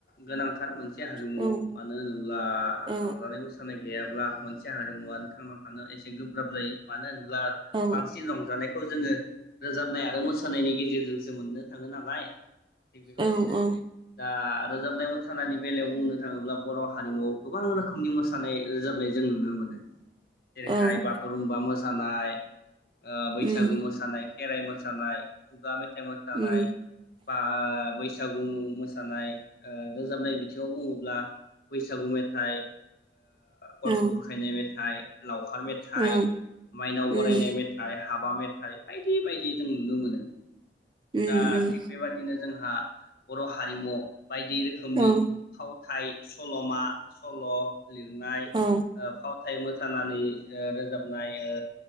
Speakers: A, on the left (about 55°); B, on the right (about 25°).
A: गोनांथार मोनसे थि हारिमु
B: औ
A: मानो होनोब्ला
B: औ
A: रंजानाय मोसानाय गैयाब्ला मोनसे हारिमुवानो थांना थानो एसे गोब्राब जायो मानो होन ब्ला
B: औ
A: बांसि रंजानाय रोजाबनाय आरो मोसानायनि गेजेरजोंसो मोननो थाङो नालाय थिग बेबायदिनो
B: औ औ
A: दा रोजाबनाय मोसानायनि बेलायाव बुंनो थांङोब्ला बर हारिमुआव गोबां रोखोमनि मोसानाय रोजाबनाय जों नुनो मोनो जेरैहाय
B: औ उम
A: बागुरुम्बा मोसानाय आ बैसागु
B: उम
A: मोसानाय खेराइ मोसानाय खुगा मे थाइ मोसानाय
B: उम
A: बा बै बैसागु मोसानाय रोजाबनाय बिथिंङाव बुंङोब्ला बैसागु मेथाइ गथ
B: औ
A: बुरखायनाय मेथाइ लावखार मेथाइ
B: औ
A: माइनाव बरायनाय
B: उम
A: मेथाइ हाबा मे थाय बायदि बायदि जों नुनो मोनो
B: उम
A: दा
B: उम
A: थिग बेबादिनो जों जोंहा बर हारिमु बायदि रोखोमनि
B: औ
A: फावथाय सलमा मा सल लिरनाय
B: औ
A: ओ फावथाय मो सानानै ओ रोजाबनाय ओ